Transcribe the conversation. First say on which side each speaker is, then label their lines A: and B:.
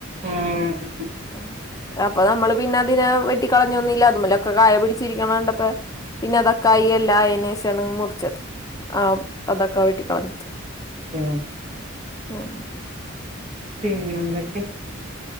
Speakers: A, on the right; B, on the left.
A: ആഹ്
B: ഉം അപ്പൊ നമ്മള് പിന്നതിനെ വെട്ടി കളഞ്ഞൊന്നുല്ല അതുമ്മലൊക്കെ കായ പിടിച്ചിരിക്ക്ണ കണ്ടപ്പൊ പിന്നതൊക്കായി എല്ലായീനേഷാണ് മുറിച്ചത് ആഹ് അതൊക്കെ വെട്ടിക്കളഞ്ഞത്
A: ഓഹ്
B: ഉം
A: പിന്നെന്തൊക്കെ